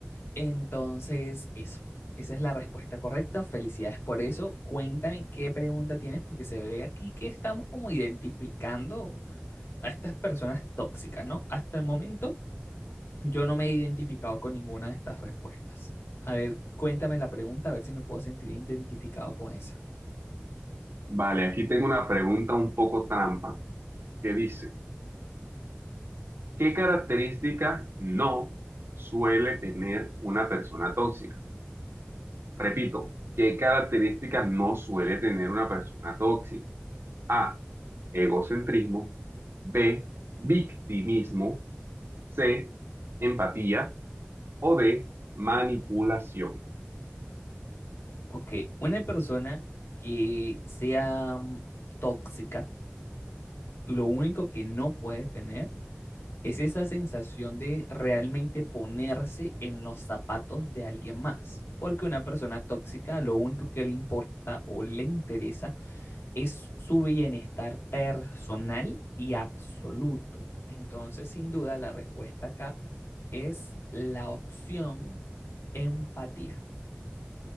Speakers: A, on the left; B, on the right.
A: Entonces, eso, esa es la respuesta correcta. Felicidades por eso. Cuéntame qué pregunta tienes, porque se ve aquí que estamos como identificando a estas personas tóxicas, ¿no? Hasta el momento yo no me he identificado con ninguna de estas respuestas. A ver, cuéntame la pregunta, a ver si me puedo sentir identificado con esa.
B: Vale, aquí tengo una pregunta un poco trampa que dice, ¿qué característica no suele tener una persona tóxica? Repito, ¿qué característica no suele tener una persona tóxica? A, egocentrismo, B, victimismo, C, empatía o D, manipulación.
A: Ok, una persona que sea mm, tóxica, lo único que no puede tener es esa sensación de realmente ponerse en los zapatos de alguien más. Porque una persona tóxica, lo único que le importa o le interesa es su bienestar personal y absoluto. Entonces, sin duda, la respuesta acá es la opción empatía.